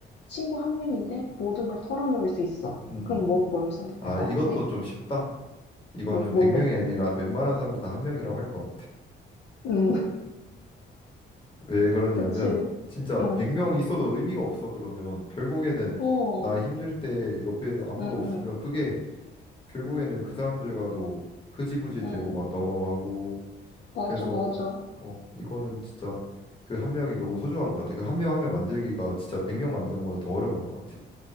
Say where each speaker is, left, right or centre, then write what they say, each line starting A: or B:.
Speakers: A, on the left (about 60°); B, on the left (about 25°).
A: 친구 한 명인데 모든 걸 털어놓을 수 있어.
B: 음.
A: 그럼
B: 음.
A: 뭐 뭘 선택할
B: 아,
A: 것
B: 이것도
A: 같아?
B: 좀 쉽다. 이거는
A: 응, 뭔데?
B: 100명이 아니라 웬만한 사람들 다 한 명이라고 할 것 같아.
A: 응, <laughs>
B: 왜 그러냐면
A: 그치.
B: 진짜
A: 응,
B: 100명 있어도 의미가 없어 그러면 결국에는
A: 어,
B: 나
A: 응,
B: 힘들 때 옆에 아무도
A: 응,
B: 없으면 그게 결국에는 그 사람들과도 흐지부지 되고
A: 응.
B: 막 넘어가고
A: 맞아,
B: 그래서
A: 맞아.
B: 어 이거는 진짜 그 한 명이 너무 소중한 것 같아 그 한 명 한 명 만들기가 진짜 100명 만든 거보다 더 어려운 것 같아